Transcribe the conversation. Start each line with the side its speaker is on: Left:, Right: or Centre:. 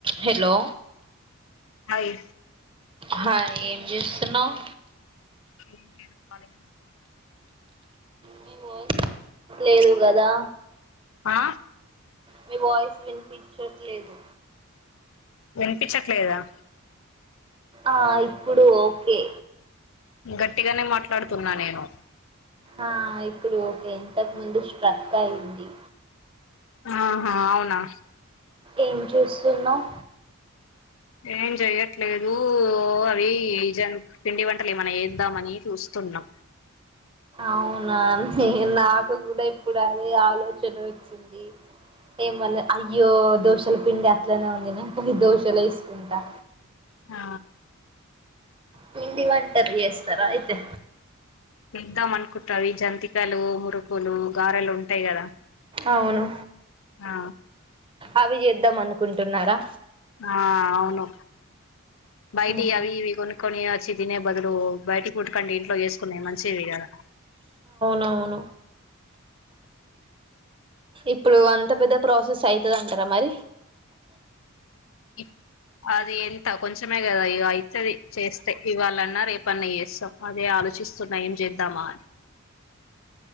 Right: hello
Left: hi
Right: hi ఏంచేస్తున్నావ్
Left: ఏంలేదు కాలిగానే ఉన్నా
Right: నీ వా లేదు గదా
Left: ఆ
Right: మీ వాయిస్ వినిపించట్లేదు
Left: వినిపించట్లేదా
Right: ఆ ఇప్పుడు ఓకే
Left: గట్టిగానే మాట్లాడుతున్నా నేను
Right: ఆ ఇప్పుడు ఓకే ఇంతకు ముందు స్ట్రక్ అయింది
Left: ఆహా అవునా
Right: ఏం చూస్తున్నావ్
Left: ఏం చెయట్లేదు అవి జన్ పిండి వంటలే మన ఎద్దామని చూస్ స్తున్నం
Right: అవునా నే నాకు కూడా ఇప్పుడు అదే ఆలోచన వచ్చింది ఏమోలే అయ్యో దోశల పిండి అట్లనే ఉంది నే పోయి దోశలు ఎసుకుంటా
Left: ఆ
Right: పిండి వంటలు చేస్తర అయితే
Left: ఎద్దాం అనుకుంటా ఈ జంతికలు మురుకులు గారెలు ఉంటాయి కదా
Right: అవును
Left: ఆ
Right: అవి చేద్దాం అనుకుంటున్నారా
Left: ఆ అవును బయటియ్
Right: ఉమ్,
Left: అవి ఇవి కొనుకొని తినే బదులు బయట ఫుడ్ కంటే ఇంట్లో ఎసుకునే మంచివి కద
Right: అవును ఇప్పుడు అంత పెద్ద ప్రాసెస్ అయితదంటరా మరి
Left: ఇ అది ఎంత కొంచమే కదా ఇగ ఇత్తది చేస్తే ఇవాళన్నా రేపన్నా ఎస్తాం అదే ఆలోచిస్తున్నా ఏం చేద్దామా